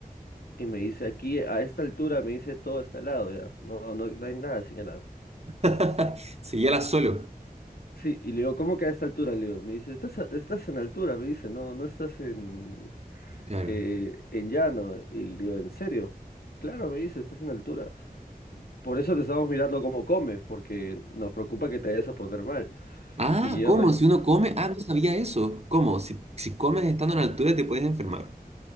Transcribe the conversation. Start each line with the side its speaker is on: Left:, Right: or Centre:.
Left: Y me dice, aquí a esta altura me dice todo está helado ya, no, no, no hay nada sin helar.
Right: <laughs> Seguíala solo.
Left: Sí, y le digo, ¿cómo que a esta altura? Le digo, me dice, ¿estás, a- estás en altura? Me dice, no, no estás en...
Right: Claro.
Left: eh, en llano. Y le digo, ¿en serio? Claro, me dice, estás en altura. Por eso te estamos mirando cómo comes, porque nos preocupa que te vayas a poner mal.
Right: Ah,
Left: Y yo,
Right: ¿cómo?
Left: reci-
Right: Si uno come. Ah, no sabía eso. ¿Cómo? Si, si comes estando a la altura te puedes enfermar.